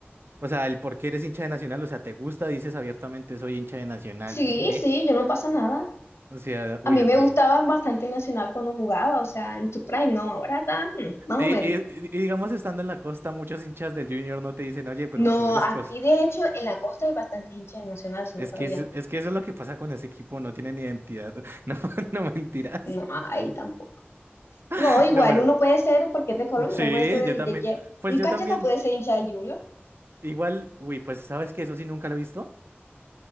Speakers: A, on the right; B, on the left.
A: o sea, el por qué eres hincha de Nacional, o sea, te gusta, dices abiertamente, soy hincha de Nacional,
B: Sí,
A: ¿y qué?
B: sí, yo no pasa nada.
A: O sea, uy,
B: A mí
A: ok.
B: me gustaba bastante Nacional cuando jugaba, o sea, en su prime, no, ahora está mm, más
A: Y,
B: o menos.
A: y- y digamos, estando en la costa, muchos hinchas del Junior no te dicen, oye, pero
B: No,
A: tú eres
B: aquí
A: cos...
B: de hecho en la costa hay bastante hinchas de Nacional, si
A: Es
B: no sabía.
A: que, es, es que eso es lo que pasa con ese equipo, no tienen identidad. <laughs> No, no mentiras.
B: No, ahí tampoco.
A: <laughs>
B: No, igual
A: No, pero
B: uno puede ser, porque es de Colombia,
A: mm, sí,
B: no puede ser el
A: yo también.
B: que quiera.
A: Pues
B: Un
A: yo
B: cachaca
A: también,
B: puede ser hincha del Junior,
A: igual, uy, pues sabes que eso sí nunca lo he visto.